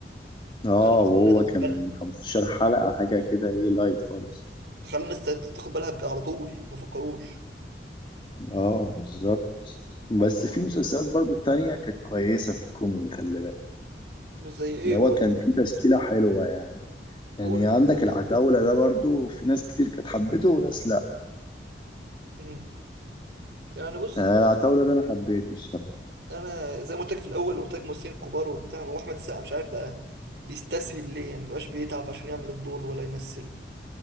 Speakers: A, on the left; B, on the right.
A: آه
B: خلى الناس
A: وهو
B: لا تاخد
A: كان
B: بالها
A: 15 حلقة حاجة كده إيه لايت خالص
B: خلى الناس تا- تاخد بالها بقى على طول ما فكروش
A: آه بالظبط بس
B: آه،
A: في مسلسلات برضو التانية كانت كويسة في الكوميدي خلي بالك
B: مش زي ايه
A: اللي
B: قول
A: هو كان في تشكيلة حلوة يعني يعني
B: قول قول
A: عندك العتاولة ده برضو في ناس كتير كانت حبته وناس
B: مم. يعني بص
A: انا العتاولة ده انا حبيته الصراحه
B: انا زي ما قلت لك في الاول قلت لك ممثلين كبار وبتاع هو احمد السقا مش عارف بقى بيستسهل ليه يعني ما بقاش بيتعب عشان يعمل الدور ولا يمثل